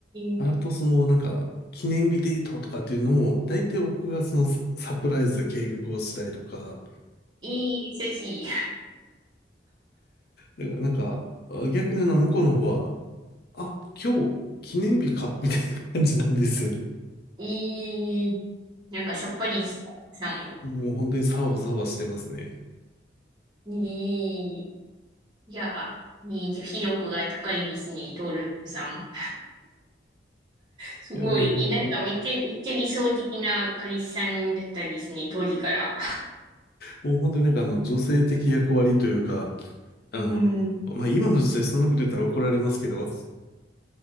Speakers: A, on the right; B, on the left.
A: い、
B: あとそのなんか記念日デートとかっていうのも、大体僕がそのササプライズで計画をしたりとか、
A: いい、寿司。
B: だからなんかあ逆にあの向こうの方は、あ、今日記念日かみたいな感じなんですよね。
A: いい、なんかさっぱりした。い
B: もう本当にサワサワしてますね。
A: い、いや、いい、女子力が高いですね、トールさん。すごい、
B: いやもう、
A: なんかめっちゃ、めっちゃ理想的な彼氏さんだったんですね、当時から。
B: もう本当になんかあの女性的役割というか、あの、
A: うん。
B: まあ今の時代そんなこと言ったら怒られますけど、